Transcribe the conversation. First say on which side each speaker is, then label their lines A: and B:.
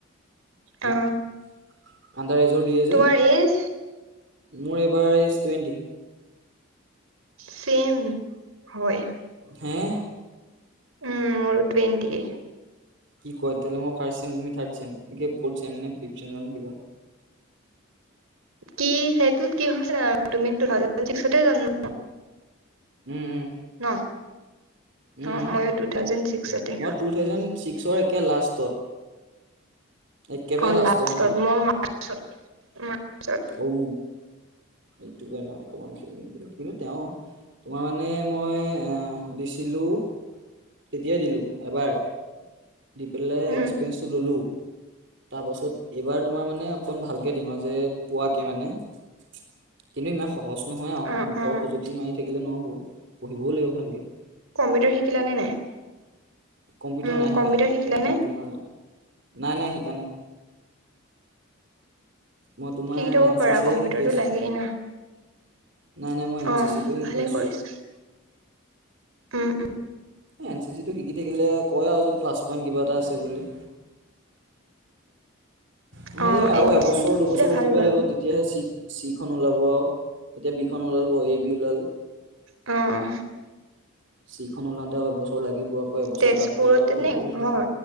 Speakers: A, on the right; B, on the right.
A: অ
B: আণ্ডাৰ এজৰ দিয়ে
A: তোমাৰ
B: যে।
A: এজ
B: মোৰ এইবাৰ এইজ টুৱেণ্টি।
A: চেম হয়।
B: হে!
A: উম মোৰো টুৱেণ্টি।
B: কি কোৱা তেতিয়া মই ফাৰ্ষ্ট চেম তুমি থাৰড ছেম, কি ফৰট চেম নে ফ্ৰীপ চেম নাজানো কিবা?
A: কি সেইটোত কি হৈছে নাজানো তুমি টু থাউজেন্দ ছিক্সতে জন্ম
B: উম উম।
A: ন,
B: উম
A: অ মইও টু থাউজেন্দ ছিক্সতে।
B: মই টু থাউজেণ্ড ছিক্সৰ একে লাষ্টত। একেবাৰে
A: অ
B: লাষ্টৰ
A: লাষ্টত
B: মাহত
A: মই মাৰ্চত। মাৰ্চত
B: অও এইটো কাৰণে অকমান খেলি মেলি কিন্তু তেওঁ তোমাৰ মানে মই এ দিছিলোঁ তেতিয়াাই দিলো এবাৰ, দি পেলাই
A: উম
B: একছ পিয়াছটো ললো তাৰপাছত এইবাৰ তোমাৰ মানে অকণ ভালকৈ দিম আৰু যে পোৱাকে মানে কিন্তু ইমান সহজ নহয় আৰু
A: অ
B: মুখৰ
A: অ
B: খজুতি মাৰি থাকিলে নহব, পঢ়িবও লাগিব ভালকে।
A: কম্পিউটাৰ শিকিলা নে নাই?
B: কম্পিউটাৰ
A: উম
B: নাই শিকা
A: কম্পিউটাৰ শিকিলা
B: মোৰ
A: নে?
B: তোমাৰ নাই নাই শিকা নাই। মই তোমাৰ
A: শিকি থব
B: এন
A: পাৰা
B: চি চিহে
A: কম্পিউটাৰো
B: শিকি আছো
A: লাগেই না?
B: নাই নাই মই এন
A: অঁহ
B: চি চিটোহে শিকি
A: ভালেই
B: আছো
A: কৰিছা। উম
B: এ' এন চি চিটো শিকি থাকিলে কয় আৰু যে প্লাছ পইণ্ট কিবা এটা আছে বুলি।
A: উম
B: সেইয়াই
A: অ
B: আৰু
A: এন
B: এবছৰ
A: চি চি টো শিকিলে
B: -দুবছৰ ৰখিব
A: ভাল বাৰু
B: লাগিব দি এতিয়াহে চি চি খন ওলাব এতিয়া বি খন ওলাল এ বি ওলাল।
A: অ অ।
B: চিখন ওলাওঁতে আৰু এবছৰ লাগিব আকৌ এবছৰ
A: তেজপুৰতে
B: তাত দে আউ
A: নে
B: বহুত
A: ঘৰ
B: টাইম।